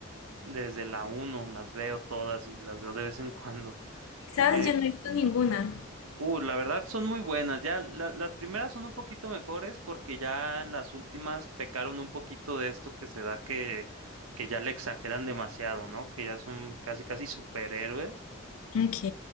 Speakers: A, on the right (about 85°); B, on the left (about 75°).
A: desde la uno las veo todas y las veo de vez en cuando.
B: sabes,
A: Eh,
B: yo no he visto ninguna.
A: uh, la verdad son muy buenas, ya la- las primeras son un poquito mejores porque ya las últimas pecaron un poquito de esto que se da que, que ya le exageran demasiado, ¿no? Que ya son casi casi superhéroes,
B: Ok.